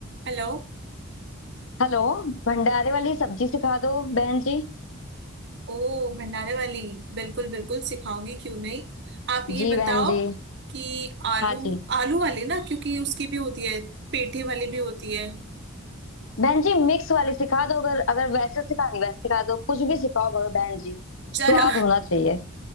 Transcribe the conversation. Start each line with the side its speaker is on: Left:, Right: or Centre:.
Right: Hello
Left: Hello भंडारे वाली सब्जी सिखा दो बहन जी
Right: ओ भंडारे वाली बिल्कुल बिल्कुल सिखाऊंगी क्यों नहीं आप ये
Left: जी
Right: बताओ
Left: बहन जी
Right: कि आलू
Left: हाँ जी
Right: आलू वाली ना क्योंकि उसकी भी होती है पेठे वाली भी होती है
Left: बहन जी मिक्स वाली सिखा दो अगर अगर वैसे सिखानी वैसे सिखा दो कुछ भी सिखाओ भ- बहन जी
Right: चलो
Left: स्वाद होना चाहिए